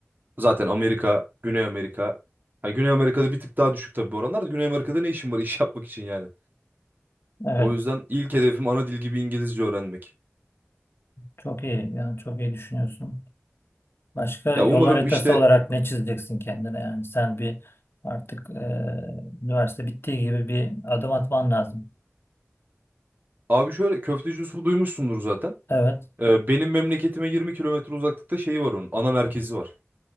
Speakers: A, on the right; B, on the left.
A: zaten Amerika Güney Amerika. Hani Güney Amerika'da bir tık daha düşük tabii bu oranlar. da. Güney Amerika'da ne işin var iş yapmak için yani?
B: Evet.
A: O yüzden ilk hedefim ana dil gibi İngilizce öğrenmek.
B: Çok iyi. Yani çok iyi düşünüyorsun. Başka
A: Ya
B: yol
A: umarım
B: haritası
A: işte
B: olarak ne çizeceksin kendine? Yani sen bir artık eee, üniversite bittiği gibi bir adım atman lazım.
A: abi şöyle Köfteci Yusuf'u duymuşsundur zaten.
B: Evet.
A: Ee, benim memleketime 20 kilometre uzaklıkta şeyi var onun. Ana merkezi var.